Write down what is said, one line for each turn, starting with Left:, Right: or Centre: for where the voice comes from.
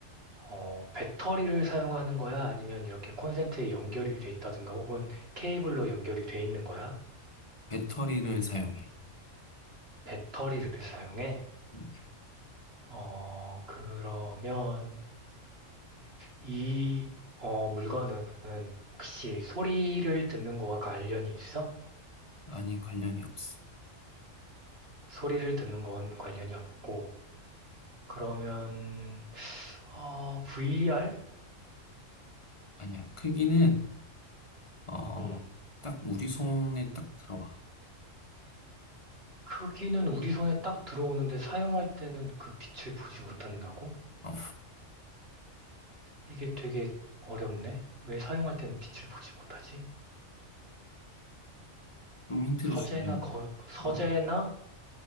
Right: 어, 배터리를 사용하는 거야? 아니면 이렇게 콘센트에 연결이 돼 있다든가 혹은 케이블로 연결이 돼 있는 거야?
Left: 배터리를 사용해.
Right: 배터리를 사용해?
Left: 음,
Right: 어, 그러면 이 어, 물건은 혹시 소리를 듣는 거와 관련이 있어?
Left: 아니 관련이 없어.
Right: 소리를 듣는 건 관련이 없고 그러면 어, VR?
Left: 아니야. 크기는 어,
Right: 음.
Left: 딱 우리 손에 딱 들어와.
Right: 크기는 우리 손에 딱 들어오는데 사용할 때는 그 빛을 보지 못한다고?
Left: 어,
Right: 이게 되게 어렵네. 왜 사용할 때는 빛을 보지 못하지?
Left: 좀 힌트를
Right: 서재나
Left: 주면
Right: 거, 서재나
Left: 어,